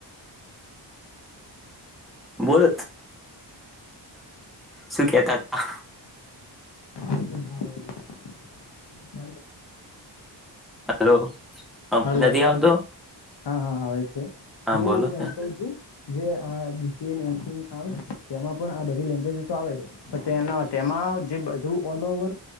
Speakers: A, in the centre; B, on the left (about 65°).
A: બોલો શું કેતા હતા
B: <inaudible>
A: હલો અવાજ
B: હલો
A: નથી આવતો
B: હા હા હવે.
A: હા
B: હું
A: બોલો હા
B: એમ કવ છું જે આ બી સી એને <inaudible> આવે તેમાં પણ આ બધા એ લેંગ્વેજ તો આવે છે. તો તે તેમાં જે બધું ઓલ ઓવર